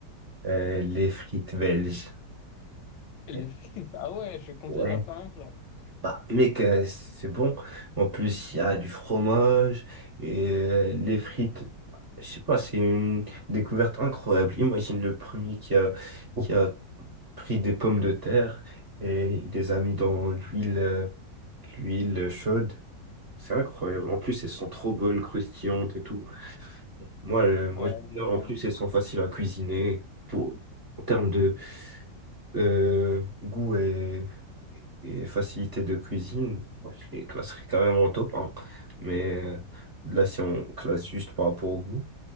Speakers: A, on the right; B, on the left.
A: euh, les frites belges.
B: Et
A: Et-
B: les frites, ah ouais, je considère
A: Ouais,
B: quand même plat.
A: bah mec, euh, c'est bon. En plus, il y a du fromage et euh, les frites. bah, Je sais pas, c'est une découverte incroyable. Imagine le premier qui a qui a pris des pommes de terre et il les a mis dans l'huile euh, l'huile chaude C'est incroyable. En plus, elles sont trop bonnes, croustillantes et tout. Moi, euh, moi
B: Ouais,
A: j'aime bien.
B: mais
A: En
B: bon.
A: plus, elles sont faciles à cuisiner. Pour, en termes de euh, goût et, et facilité de cuisine, moi, je les classerais carrément en top 1. Mais euh, là, si on classe juste par rapport au goût,